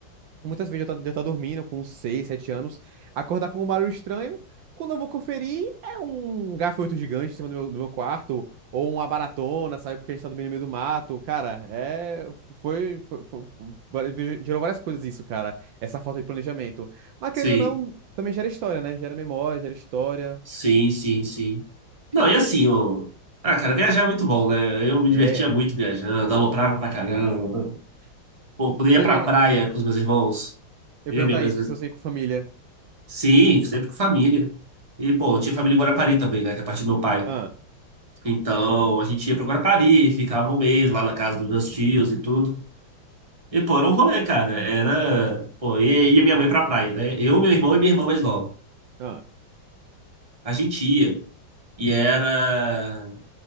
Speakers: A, on the right (about 70°); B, on the right (about 20°).
A: Muitas vezes eu estou dormindo com 6 7 anos, acordar com um barulho estranho. Quando eu vou conferir, é um gafanhoto gigante em cima do meu, do meu quarto, ou uma baratona, sabe? Porque a gente tá dormindo no meio do mato. Cara, é. Foi, foi, foi- foi- Gerou várias coisas isso, cara. Essa falta de planejamento. Mas
B: Sim.
A: querendo ou não, também gera história, né? Gera memória, gera história.
B: Sim, sim, sim. Não, e assim, o... Ah, cara, viajar é muito bom, né? Eu me divertia
A: É.
B: muito viajando, aloprava pra caramba. Pô, quando eu
A: Você
B: ia pra
A: vê.
B: praia com os meus irmãos,
A: Eu
B: eu,
A: ia perguntar
B: minha mãe,
A: isso, se eu sair com família.
B: Sim, sempre com família. E, pô, eu tinha família em Guarapari também, né? Que é parte do meu pai.
A: Ah,
B: Então, a gente ia pra Guarapari, ficava um mês lá na casa dos meus tios e tudo. E, pô, era um rolê, cara. Era. Pô, e ia minha mãe pra praia, né? Eu, meu irmão e minha irmã mais nova.
A: ah.
B: A gente ia. E era.